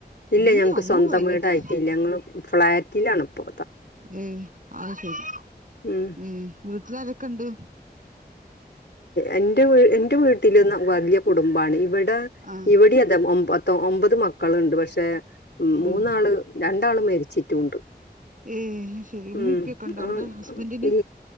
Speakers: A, on the left; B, on the right.
A: ഇല്ല
B: ഇല്ല്യ
A: ഞങ്ങക്ക്
B: ഒന്നും
A: സ്വന്തം
B: കഴിഞ്ഞിട്ട്
A: വീടായിട്ടില്ല ഞങ്ങള് ഫ്ളാറ്റിലാണ് പ്പോ
B: ഏ അത് ശരി
A: ഉം
B: ഏ, വീട്ടിലാരൊക്കെണ്ട്
A: എന്റെ എന്റെ വീട്ടിൽ വലിയ കു കുടുംബാണ്. ഇവിടെ
B: ആഹ്
A: ഇവിടെ അതെ ഒ ഒമ്പത് മ മക്കളുണ്ട് പക്ഷെ മൂന്നാള്
B: ആഹ്
A: രണ്ടാള് മരിച്ചിട്ടുണ്ട്
B: ഏഹ് അത് ശരി ഉമ്മി
A: ഉം
B: ഇപ്പിയൊക്കെ ഉണ്ടോ
A: ആ
B: അവിടെ ഹസ്ബന്റിന്
A: ഇ